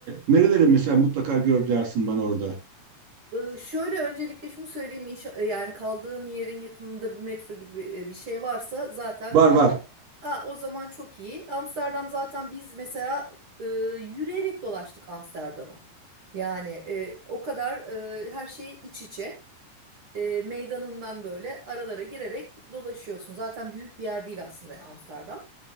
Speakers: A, on the right; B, on the right.
A: nereleri mesela mutlaka gör dersin bana orada.
B: E, şöyle öncelikle şunu söyleyeyim. İnşa- e, yani kaldığın yerin yakınında bir metro gibi e, bir şey varsa zaten
A: Var var.
B: Aa, o zaman çok iyi. Amsterdam zaten biz mesela e, yürüyerek dolaştık Amsterdam'ı. Yani e, o kadar e, her şey iç içe. E, meydanından böyle aralara girerek dolaşıyorsun. Zaten büyük bir yer değil aslında Amsterdam.